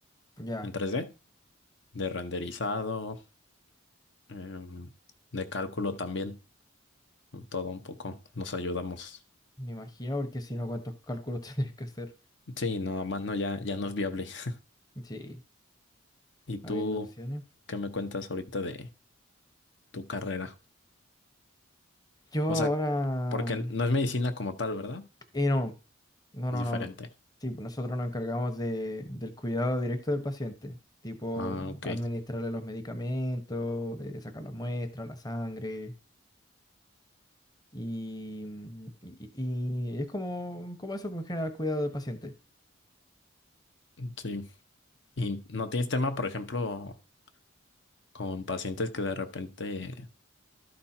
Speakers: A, on the left; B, on the left.
A: Ya,
B: en tres d de renderizado, em, de cálculo también. Todo un poco nos ayudamos.
A: me imagino, porque si no, ¿cuántos cálculos <laughs> tendrías que hacer?
B: Sí, no, a mano ya, ya no es viable. <laughs>
A: Sí,
B: ¿Y tú
A: habiendo opciones.
B: qué me cuentas ahorita de tu carrera?
A: Yo
B: O
A: ahora...
B: sea, porque
A: mm,
B: no es medicina como tal, ¿verdad?
A: Y no, no,
B: Es
A: no,
B: diferente.
A: no. no. Sí, pues nosotros nos encargamos de, del cuidado directo del paciente, tipo
B: Ah, ok.
A: administrarle los medicamentos, eh, sacar las muestras, la sangre. Y, mm, y- y- y es como, como eso, pues, en general, cuidado del paciente.
B: Sí. ¿Y no tienes tema, por ejemplo, con pacientes que de repente,